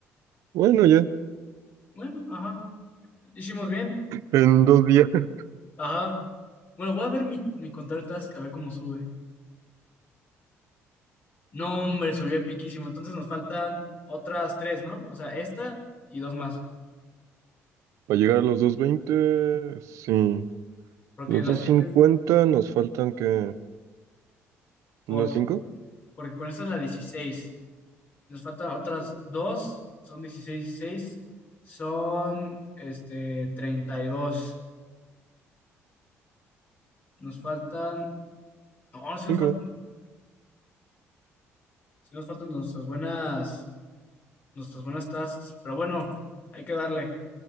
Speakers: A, on the right; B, on the left.
A: Bueno, ya,
B: Bueno, ajá. Hicimos bien.
A: en dos días. <laughs>
B: Ajá. Bueno, voy a ver mi, mi control task, a ver cómo sube. No, hombre, subió piquísimo. Entonces nos faltan otras tres, ¿no? O sea, esta y dos más.
A: Para llegar a los 220. sí.
B: Porque
A: Los
B: las
A: doscientos
B: siguientes,
A: cincuenta nos faltan que...
B: porque,
A: ¿Unas Cinco.
B: porque con esta es la dieciséis. Nos faltan otras dos, son 16 16. Son, este, 32. Nos faltan No, sí nos
A: 5.
B: faltan, sí nos faltan nuestras buenas, nuestras buenas tasks, pero bueno, hay que darle.